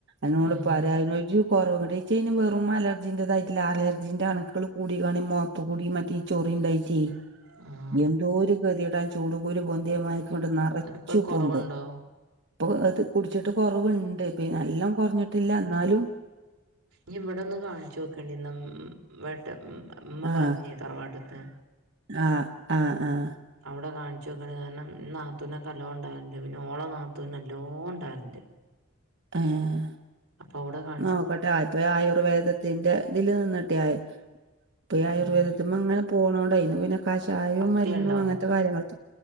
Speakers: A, on the right (about 55°); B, on the right (about 90°).
A: അന്നോട്
B: ഏഹ്
A: പറയാനൊരു കൊറവു കുടെച്ചി ഇനി വെറും അലജിന്റെതായിട്ടില്ല, ആർജിന്റെ അണുക്കള് കൂടി കാണേ മൊ <unintelligible> പ്പുകുടീ മറ്റേ ഈ ചൊറിണ്ടായിറ്റേ
B: <unintelligible>
A: യെന്തോര് കെത്യടാ, ചൂടുകുരു പൊന്തിയമാര്ക്ക്ണ്ട് നറച്ച്
B: എന്നിട്ടിപ്പോ കുറവുണ്ടോ
A: പൊന്തും. പ്പൊ അത് കുട്ച്ചിട്ട് കൊർവ്ണ്ട്. പീ നല്ലം കൊർഞ്ഞിട്ടില്ല ന്നാലും
B: യി വടൊന്ന് കാൺച്ചോക്കണ്ടി. ന്നം വടെ ഉം ഉം മ്മ
A: ആഹ്
B: പർഞ്ഞി തറവാട്ട്ത്തെ
A: ആഹ്, ആഹ്, ആഹ്
B: ഔടെ കാൺച്ചോക്കണ്ടി. കാര്ണം നാത്തൂനൊകല്ലോണ്ടാൽണ്ട്. പിന്നെ ഓള നാത്തൂനല്ലോണ്ടാൽണ്ട്.
A: ഏഹ്.
B: അപ്പൊ ഔടെ കാ
A: നോക്കട്ടെ ആദ്തെ ആയുർവേദ് തിന്റെതില് ന്ന്ട്ടെ പ്പെഈ ആയുർവേദത്തിമ്മേങ്ങനെ
B: ഉം
A: പോണോണ്ടെയ്ന്ന് പിന്നെ കഷായോം
B: പത്തിയണ്ടോ
A: മര്ന്നും അങ്ങൻത്തെ കാര്യങ്ങൾക്കെ